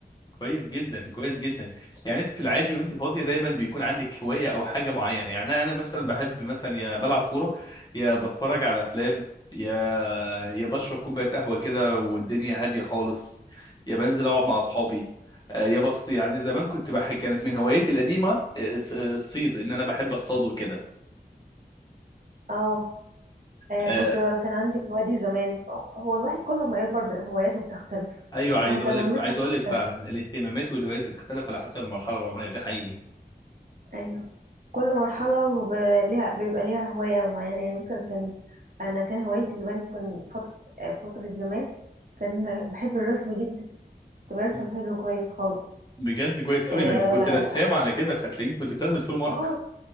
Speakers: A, on the left; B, on the right.
A: كويس جدا كويس جدا يعني انت في العادي وانت فاضيه دايما بيكون عندك هوايه او حاجه معينه يعني انا أنا مثلا بحب مثلا يا بلعب كوره يا بتفرج على افلام يا يا بشرب كوبايه قهوه كده والدنيا هاديه خالص يا بنزل اقعد مع اصحابي آه، يا بص يعني زمان كنت بحب كانت من هواياتي القديمه آه، الص- الصيد ان انا بحب اصطاد وكده
B: اه آه،
A: آه،
B: كنت كان عندي هوايات زمان هو الواحد كل ما يكبر ب- هواياته بتختلف
A: ايوه عايز
B: واهتماماته
A: اقول لك عايز
B: بتختلف
A: اقول لك فعلا الاهتمامات والهوايات بتختلف على حسب المرحله العمريه ده حقيقي
B: أيوه كل مرحلة وب- ليها بيبقى ليها هواية معينة يعني مثلا كان أنا كان هوايتي زمان كان فت- آه، فترة زمان كان بحب الرسم جدا كنت برسم
A: مم.
B: حلو كويس خالص
A: بجد كويس قوي
B: اه
A: ده انت كنت رسام على كده كانت هتلاقيك كنت بتاخد فول مارك
B: آه،